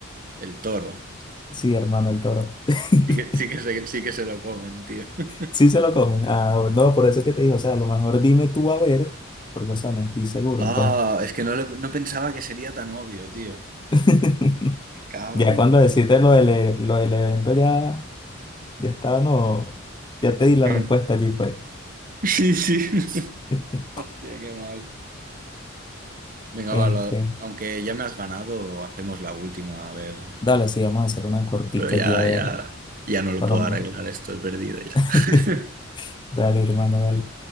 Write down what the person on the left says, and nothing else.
Sí, hermano, el toro. <laughs>
Sí se lo comen. Ah, no, por eso es que te digo, o sea, a lo mejor dime tú a ver, porque, o sea, no estoy seguro,
pues.
<laughs>
Ya
cuando deciste lo del, e- lo del evento, ya, ya estaba, no, ya te di la
respuesta allí, pues.
<laughs>
Este,
dale, sí, vamos a hacer una cortica
allí, a ver,
por
lo menos.
<laughs>
Dale, hermano, dale.